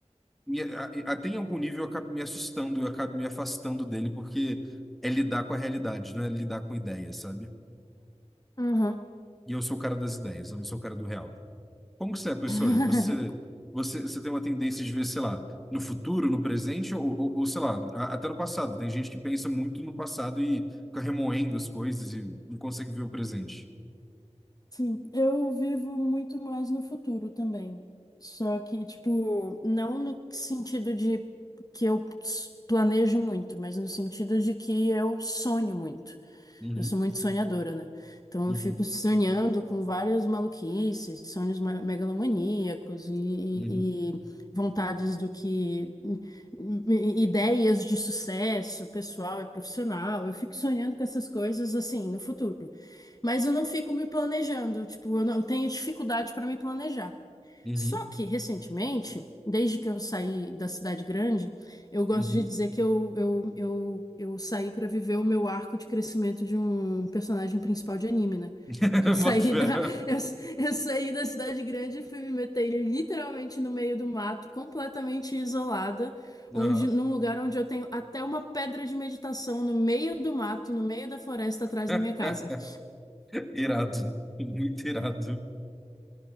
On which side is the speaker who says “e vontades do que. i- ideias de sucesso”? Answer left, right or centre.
Left